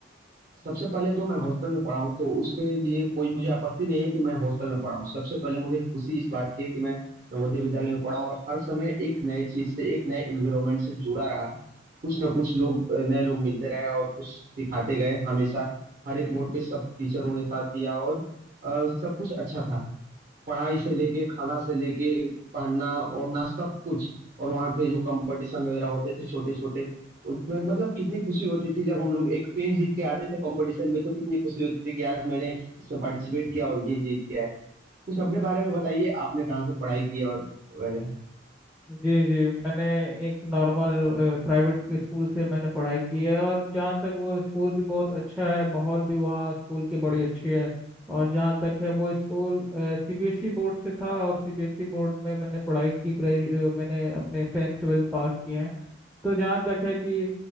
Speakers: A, on the right; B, in the centre.
A: सबसे पहले तो मैं हॉस्टल में पढ़ा हूँ तो उसके लिए कोई मुझे आपत्ति नहीं है कि मैं हॉस्टल में पढ़ा हूँ सबसे पहले मुझे खुशी इस बात की है कि मैं नवोदय विद्यालय में पढ़ा हूँ और हर समय एक नए चीज से एक नए एनवायरमेंट से जुड़ा रहा कुछ ना कुछ लोग नए लोग मिलते रहे और कुछ सिखाते गए हमेशा हर एक मोड़ पे सब टीचरों ने साथ दिया और अ, सब कुछ अच्छा था पढ़ाई से लेके खाना से लेके पहनना ओढ़ना सब कुछ और वहाँ के जो कंपटीशन वगैरह होते थे छोटे छोटे उसमें मतलब कितनी खुशी होती थी जब हम लोग एक पेन जीत के आते थे कंपटीशन में तो कितनी खुशी होती थी कि आज मैंने इसमें पार्टिसिपेट किया और ये जीत के आए कुछ अपने बारे में बताइए आपने कहाँ से पढ़ाई की और वगैरह
B: जी जी मैंने एक नॉर्मल प्राइवेट स्कूल से मैंने पढ़ाई की है और जहाँ तक वो स्कूल भी बहुत अच्छा है माहौल भी वहाँ स्कूल की बड़ी अच्छी है और जहाँ तक है वो स्कूल सीबीएसई बोर्ड से था और सीबीएसई बोर्ड में मैंने पढ़ाई की ग्रेजु मैंने अपने टेंथ ट्वेल्थ पास किए हैं तो जहाँ तक है कि